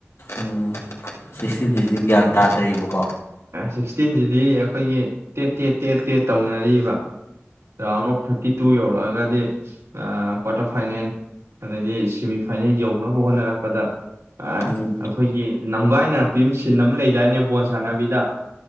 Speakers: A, on the left; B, on the right.
A: ꯎꯝ ꯁꯤꯛꯁꯇꯤꯟꯁꯤꯗꯤ ꯒ꯭ꯌꯥꯟ ꯇꯥꯗ꯭ꯔꯤꯕꯀꯣ
B: ꯁꯤꯛꯁꯇꯤꯟꯁꯤꯗꯤ ꯑꯩꯈꯣꯏꯒꯤ ꯇꯦꯠ ꯇꯦꯠ ꯇꯦꯠ ꯇꯦꯠ ꯇꯧꯅꯔꯤꯕ ꯔꯥꯎꯟ ꯑꯣꯐ ꯊꯥꯔꯇꯤ ꯇꯨ ꯌꯧꯔꯛꯑꯒꯗꯤ ꯀ꯭ꯋꯥꯇꯔ ꯐꯥꯏꯅꯦꯜ ꯑꯗꯩꯗꯤ ꯁꯦꯃꯤꯐꯥꯏꯅꯦꯜ ꯌꯧꯅꯕ ꯍꯣꯠꯅꯔꯛꯄꯗ ꯑꯩꯈꯣꯏꯒꯤ
A: ꯎꯝ
B: ꯅꯝꯒꯥꯏꯅ ꯄꯤ ꯁꯤꯟ ꯑꯃ ꯂꯩꯗꯥꯏꯅꯦ ꯕꯣꯟ ꯁꯥꯟꯅꯕꯤꯗ